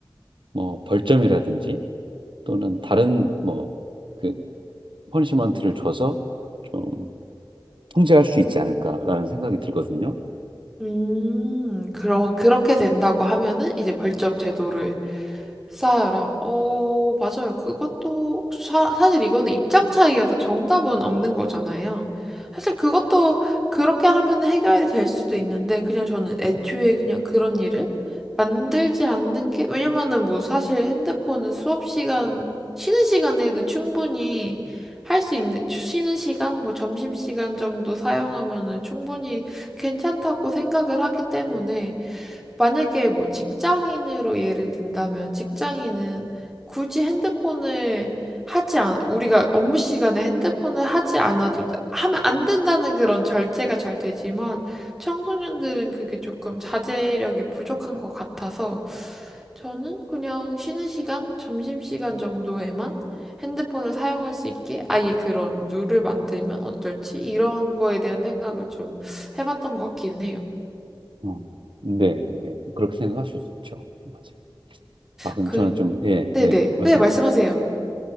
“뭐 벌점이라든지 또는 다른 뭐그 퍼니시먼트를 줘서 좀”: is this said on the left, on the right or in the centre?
Right